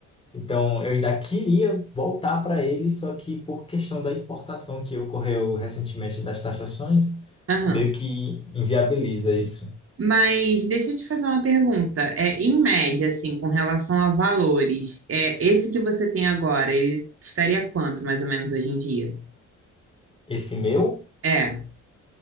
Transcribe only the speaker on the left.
Então, eu ainda queria voltar para ele, só que por questão da importação que ocorreu recentemente das taxações,
meio que inviabiliza isso.
Esse meu,